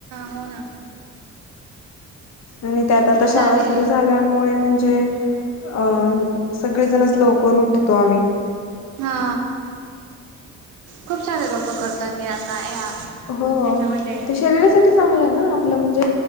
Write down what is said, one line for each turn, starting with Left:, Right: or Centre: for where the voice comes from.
Right: होना.
Left: आणि त्यात आता शाळा
Right: सारे
Left: सुरू झाल्यामुळे म्हणजे, अं सगळेजणच लवकर उठतो आम्ही.
Right: हा खूप सारे लोक करतात हे आता या
Left: हो
Right: याच्यामध्ये
Left: त्या शरीरासाठी चांगलं आहे ना आपलं म्हणजे